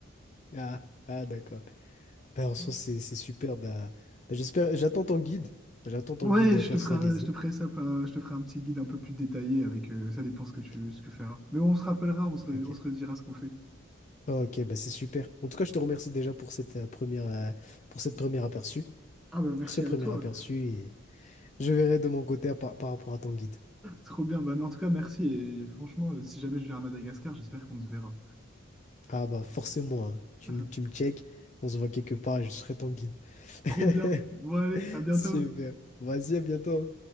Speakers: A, on the left; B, in the centre.
A: Ah, ah d'accord. Ben, en soi,
B: <laughs>
A: c'est c'est super. Ben, ben, j'espère, j'attends ton guide. J'attends ton
B: Ouais,
A: guide euh,
B: je
A: personnalisé.
B: te ferai, un- je te ferai ça, plein- je te ferai un petit guide un peu plus détaillé avec, euh, ça dépend ce que tu,
A: Ok.
B: ce que feras. Mais on se rappellera, on se, re-
A: Ok.
B: on se redira ce qu'on fait.
A: Ok, ben c'est super. En tout cas, je te remercie déjà pour cette euh, première, euh, pour cette première aperçu,
B: Ah bah merci
A: ce premier
B: à toi.
A: aperçu Je verrai de mon côté à par, par rapport à ton guide.
B: Trop bien. Bah, mais en tout cas, merci. Et franchement, euh, si jamais je viens à Madagascar, j'espère qu'on se verra.
A: Ah bah forcément, hein. Tu,
B: <laughs>
A: me- tu me check, on se voit quelque part et je serai ton guide. <laughs>
B: Trop bien. Bon, allez, à bientôt.
A: Super. Vas-y, à bientôt. hein.